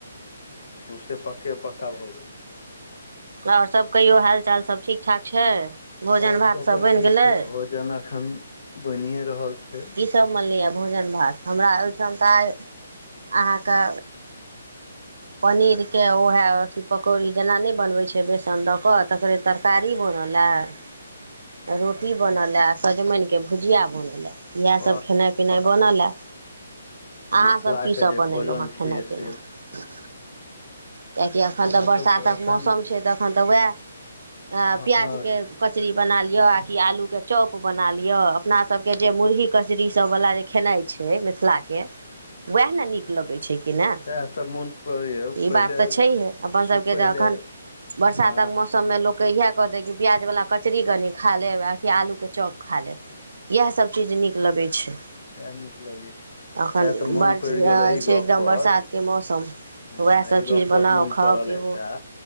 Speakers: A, on the left; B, on the right.
A: सोसै पक्के पक्का भ गैलै
B: आओर सब कहियो हाल चाल सब ठीक ठाक छै भोजन
A: आओर
B: भात
A: सब तऽ
B: बनि
A: ठीक
B: गेलै
A: छै भोजन अखन बनिए रहल छै
B: कि सब मनलैअ भोजन भात हमरा ओहिठाम तऽ आइ अहाँके पनीर के उहए अथी पकौड़ी जेना नहि बनबै छै बेसन दऽ कऽ तकरे तरकारी ब नल ए
A: <inaudible>
B: रोटी
A: अच्छा
B: बनलए सजमनि के भुजिया बनलए इएहसभ
A: वाह
B: खेनाइ पिनाइ
A: वाह
B: बनल हए अहाँसभ
A: मिथिलाके
B: की सभ
A: जे
B: बनेलहुँ
A: भोजन
B: हेँ खेनाइ
A: छियै
B: पिनाइ
A: से
B: किएकि एखन
A: हमरा
B: तऽ बरसातक
A: सभके एखन
B: मौसम छै तऽ एखन तऽ उएह
A: हँ
B: प्याजके कचरी बना लिअ आ कि आलूके चॉप बना लिअ अपना सबके जे मुरही कचरी सब बला जे खेनाइ छै मिथिलाक के उएह ने नीक लगैत छै कि ने
A: सएह तऽ मोन पड़ैए
B: ई
A: पहिले
B: बात तऽ छैहे अपन सभके
A: सु पहिले
B: जे एखन बरसातक
A: हँ
B: मौसममे लोकके इहए कहतै कि प्याज बला कचरी कनि खा लेब आ कि आलूके चॉप खा लेब इएह सभ चीज नीक लगैत छै
A: उएह नीक लगै छै
B: अखन
A: सएह तऽ मोन
B: बर्ष
A: पड़ि गेल एही
B: छै
A: गप्प
B: एकदम
A: पर
B: बरसातके मौसम
A: ह
B: उएह
A: एह
B: सभ चीज
A: गप
B: बनाउ
A: पर मोन
B: खाउ
A: पड़ल
B: पीबू
A: एकटा